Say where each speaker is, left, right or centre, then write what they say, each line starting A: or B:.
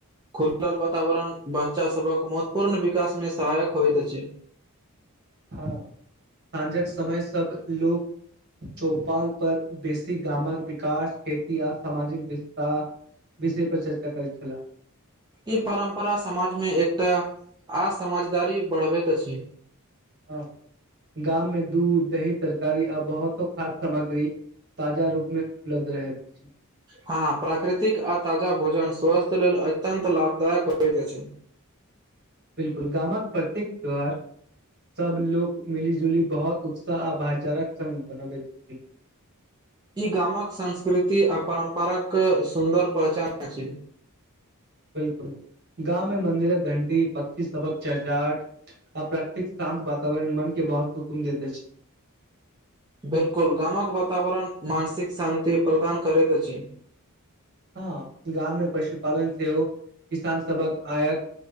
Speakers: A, on the right; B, on the right.
A: खुल वातावरण बच्चा सभहक महत्वपूर्ण विकासमे सहायक होइत अछि।
B: ह साँझक समय सभ लोक चौपाल पर बेसी गाम कऽ विकास खेती आ सामाजिक विस्तार विषय पर चर्चा करैत छेला ह
A: ई परम्परा समाज मे एकता आ समझदारी बढ़बैत अछि
B: ह गाम मे दूध दही तरकारी आ बहुतो खाद्य सामग्री ताजा रूपमे उपलब्ध रहैत अछि।
A: हाँप्राकृतिक आ ताजा भोजन स्वस्थ्य लेल अत्यत लाभदायक होइत अछि।
B: बिल्कूल, गामक प्रत्येक त्यौहार सभ लोग मिली जुली बहुत उत्साह आ भाईचाराक संग बनबय छथिन।
A: ई गामकऽ संस्कृति आ परम्पर कऽ सुन्दर पहचान अछि।
B: बिल्कूल गाव मे मंन्दिरक घंटी पक्षी सबहक चहचहाट आ प्राकृतिक शान्त वातावरण मनके बहुत सुकून देते अछि।
A: बिल्कूल गामक वातावरण मानसिक शान्ति प्रदान करैत अछि।
B: हाॅ गाम मे पशुपालन सेहो किसान सभकेँ आयक